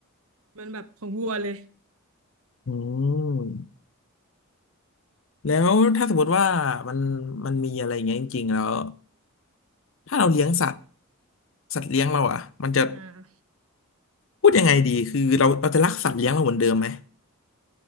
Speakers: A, on the right; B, on the left.
A: มันแบบของวัวเลย
B: อืม แล้วถ้าสมมติว่ามันมันมีอะไรอย่างเงี้ยจริงๆแล้วถ้าเราเลี้ยงสัตว์สัตว์เลี้ยงเราอ่ะมันจะ
A: อ่า
B: พูดยังไงดีคือเราเราจะรักสัตว์เลี้ยงเราเหมือนเดิมไหม